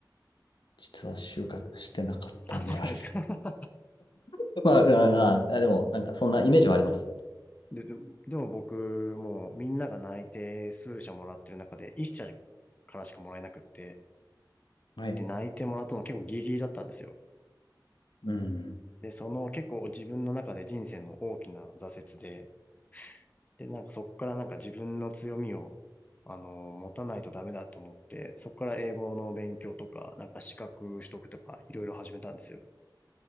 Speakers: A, on the left (about 80°); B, on the left (about 20°).
A: 実は就活してなかったんで、
B: あ、そうなんですか。
A: あれです。<laughs> まあ、あ、あでも、なんか、そんなイメージはあります。
B: <laughs> で、でもでも僕、もうみんなが内定数社もらってる中で、1社からしかもらえなくって、
A: はい。
B: で、内定もらったの結構ギリギリだったんですよ。
A: うん。
B: で、その結構自分の中で人生の大きな挫折で、で、なんかそこからなんか自分の強みを、あの、持たないとダメだと思って、そこから英語の勉強とか、なんか資格取得とか、いろいろ始めたんですよ。